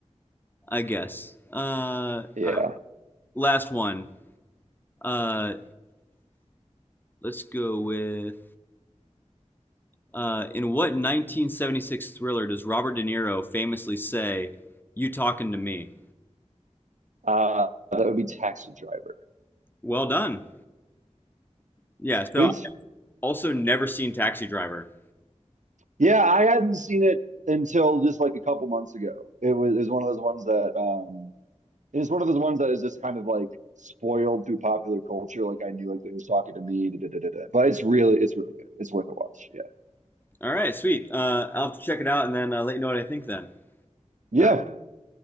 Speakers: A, on the left (about 15°); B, on the right (about 85°).
A: I guess. Uh,
B: Yeah.
A: right, last one. Uh, let's go with. Uh, in what 1976 thriller does Robert De Niro famously say, "You talking to me"?
B: Uh, that would be Taxi Driver.
A: Well done. Yeah,
B: Sweet.
A: so also never seen Taxi Driver.
B: Yeah, I hadn't seen it until just like a couple months ago. It was, it was one of those ones that um it's one of those ones that is just kind of like spoiled through popular culture. Like I knew like who's talking to me, da, da, da, da, da. But it's really it's really good. It's worth a watch. Yeah.
A: All right, sweet. Uh, I'll have to check it out and then uh, let you know what I think then.
B: Yeah.
A: All right,